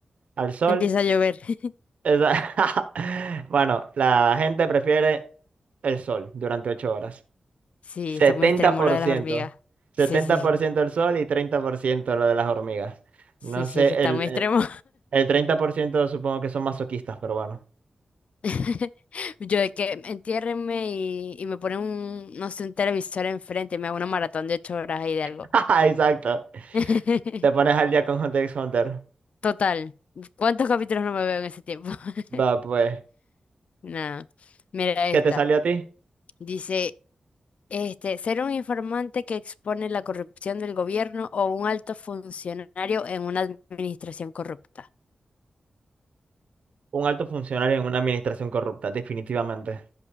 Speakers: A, on the right; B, on the left.
A: al sol.
B: Empieza a llover. <laughs>
A: Esa- <laughs> Bueno, la gente prefiere el sol durante ocho horas.
B: Sí,
A: Setenta
B: está muy extremo
A: setenta por
B: lo de
A: ciento,
B: las hormigas.
A: setenta
B: Sí, sí.
A: por ciento el sol y 30% lo de las hormigas.
B: Sí,
A: No
B: sí,
A: sé,
B: es que está
A: el,
B: muy
A: el
B: extremo.
A: el 30% supongo que son masoquistas, pero bueno.
B: <laughs> Yo de que entiérrenme y, y me ponen un, no sé, un televisor enfrente y me hago una maratón de ocho horas ahí de
A: <laughs>
B: algo.
A: Exacto.
B: <laughs>
A: Te pones al día con Hunter x Hunter.
B: Total. ¿Cuántos capítulos no me veo en ese tiempo? <laughs>
A: Va, pues.
B: Nada. Mira esta.
A: ¿Qué te salió a ti?
B: Dice. Este, ser un informante que expone la corrupción del gobierno o un alto funcionario en una administración corrupta.
A: Un alto funcionario en una administración corrupta, definitivamente.